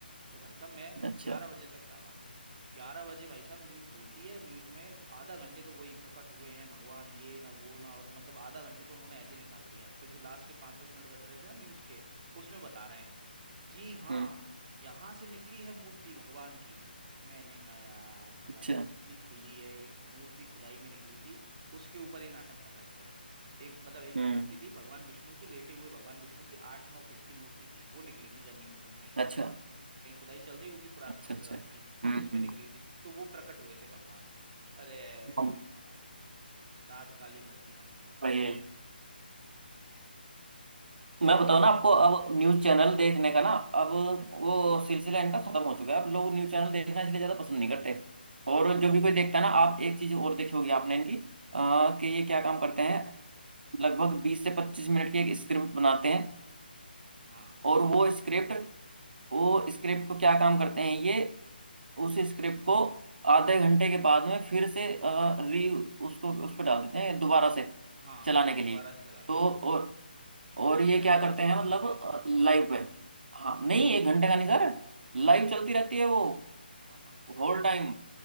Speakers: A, on the right; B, on the right.
A: तो भाई साहब मैं
B: अच्छा
A: ग्यारह बजे तक जागा ग्यारह बजे भाई साहब न्यूज़ खुलती है और न्यूज़ में आधा घंटे तो वही प्रकट हुए हैं भगवान ये ना वो ना और मतलब आधा घंटे तो उन्होंने ऐसे ही निकाल दिया फिर जो लास्ट के पाँच दस मिनट बच रहे थे ना न्यूज़ के उसमें बता रहे हैं जी हाँ
B: हम्म
A: यहाँ से निकली है मूर्ति भगवान की मैंने कहा यार साला
B: अच्छा
A: मूर्ति खुली है एक मूर्ति खुदाई में निकली थी उसके ऊपर ये नाटक कर रहे थे एक मतलब एक
B: हम्म
A: मूर्ति थी भगवान विष्णु की लेटे हुए भगवान विष्णु की आठ नौ फीट की मूर्ति थी वो निकली थी जमीन में कहीं खुदाई
B: अच्छा
A: से कहीं खुदाई चल रही होगी पुरातत्व
B: अच्छा
A: विभाग
B: अच्छा
A: की
B: हम्म
A: तो उसमें
B: हम्म,
A: निकली थी तो वो प्रकट हुए थे भगवान अरे मैंने
B: हम्म,
A: कहा यार रात काली कर दी कमीनों ने
B: ये
A: तो
B: मैं बताऊँ ना आपको अब न्यूज चैनल देखने का ना अब वो सिलसिला इनका खत्म हो चुका है अब लोग न्यूज चैनल देखना इसलिए ज्यादा पसंद नहीं करते और जो भी कोई देखता है ना आप एक चीज और देखी होगी आपने इनकी अ, कि ये क्या काम करते हैं लगभग बीस से पच्चीस मिनट की एक स्क्रिप्ट बनाते हैं
A: हाँ
B: और वो स्क्रिप्ट वो स्क्रिप्ट को क्या काम करते हैं ये उस स्क्रिप्ट को आधे घंटे के बाद में फिर से री उसको उस पर डाल देते हैं दोबारा से
A: हाँ
B: चलाने
A: उसको
B: के
A: दोबारा
B: लिए
A: से चलाते
B: तो
A: हैं
B: और
A: फिर
B: और ये
A: एक घंटे
B: क्या
A: का
B: करते
A: शो
B: हैं
A: बना
B: मतलब
A: देते हैं ऐसे
B: लाइव पे हाँ नहीं एक घंटे का नहीं सर लाइव चलती रहती है वो
A: <laughs>
B: होल टाइम